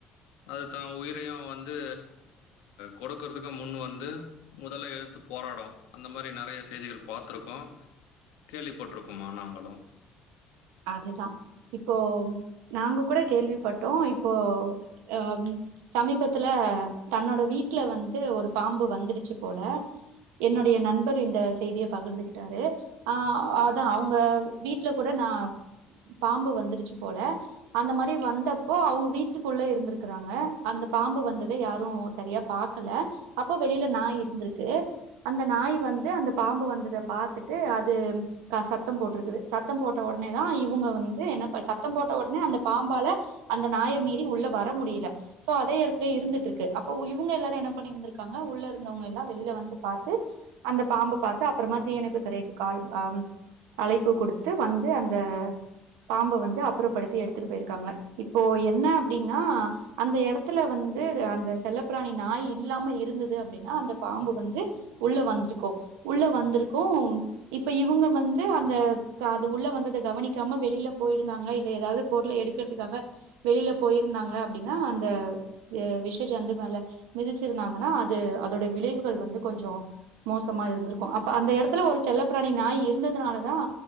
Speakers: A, on the left; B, on the right.
A: அதுத்தா உயிரையு வந்து கொடுக்கறதுக்கு முன் வந்து முதல்ல எதுத்து போராடு அந்த மாரி நறைய செய்திகள் பாத்துருக்கோ கேள்விப்பட்ருக்கும்மா நாங்களு
B: அதுதா இப்போ நாங்க கூட கேள்விப்பட்டோ இப்போ அ ம் சமீபத்துல தன்னோட வீட்ல வந்து ஒரு பாம்பு வந்துடுச்சு போல என்னுடைய நண்பர் இந்த செய்திய பகிர்ந்துகிட்டாரு ஆ அதா அவுங்க வீட்ல கூட நா பாம்பு வந்துருச்சு போல அந்த மாரி வந்தப்போ அவுங்க வீட்டுக்குள்ள இருந்திருக்கறாங்க அந்த பாம்பு வந்தத யாரு சரியா பாக்கல அப்போ வெளியில நாய் இருந்திருக்கு அந்த நாய் வந்து அந்த பாம்பு வந்தத பாத்துட்டு அது க சத்தம் போட்ருக்குது சத்தம் போட்ட ஒட னேதா இவுங்க வந்து என்ன ப சத்தம் போட்ட ஒடனே அந்த பாம்பால அந்த நாய மீறி உள்ள வர முடியில சோ அதே எடத்லியே இருந்துட்ருக்கு அப்ப உ இவுங்க எல்லாரு என்ன பண்ணிந்திருக்காங்க உள்ள இருந்தவங்க எல்லா வெளியில வந்து பாத்து அந்த பாம்ப பாத்து அப்பறமா தீயணைப்பு துறைக்கு கால் அம் அழைப்பு குடுத்து வந் து அந்த பாம்ப வந்து அப்புறப்படுத்தி எடுத்துட்டு போய்ருக்காங்க இப்போ என்ன அப்டின்னா அந்த எடத்துல வந்து அந்த செல்லப்பிராணி நாய் இல்லாம இருந்துது அப்டினா அந்த பாம்பு வந்து உள்ள வந்திருக்கு உள்ள வந்திருக்கும் இப்ப இவுங்க வந்து அந்த க து உள்ள வந்தத கவனிக்காம வெளியில போயிருந்தாங்க இல்ல எதாவது பொருள எடுக்கறதுக்காக வெளியில போயிருந்தாங்க அப்டினா அந்த எ விஷ ஜந்து மேல மிதிச்சிருந்தாங்கனா அது அதோட விளைவுகள் வந்து கொஞ்சோ மோசமா இருந்திருக்கு அப்ப அந்த எடத்துல ஒரு செல்லப்பிராணி நாய் இருந்ததுனாலதா